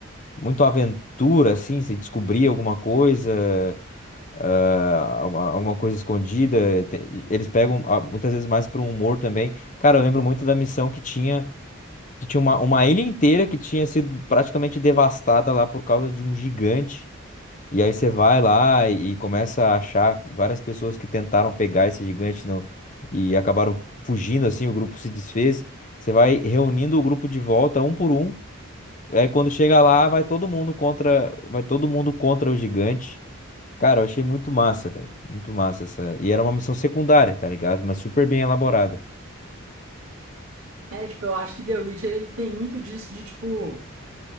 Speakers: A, on the left; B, on the right.
A: muito aventura, assim. Se descobrir alguma coisa, ah, alguma, alguma coisa escondida. te- Eles pegam ah, muitas vezes mais para um humor também. Cara, eu lembro muito da missão que tinha, que tinha uma, uma ilha inteira que tinha sido praticamente devastada lá por causa de um gigante. E aí você vai lá e começa a achar várias pessoas que tentaram pegar esse gigante no- e acabaram fugindo, assim, o grupo se desfez. Você vai reunindo o grupo de volta um por um. Aí quando chega lá, vai todo mundo contra, vai todo mundo contra o gigante. Cara, eu achei muito massa, velho. Muito massa essa. E era uma missão secundária, tá ligado? Mas super bem elaborada.
B: É, tipo, eu acho que The Witcher ele tem muito disso de tipo.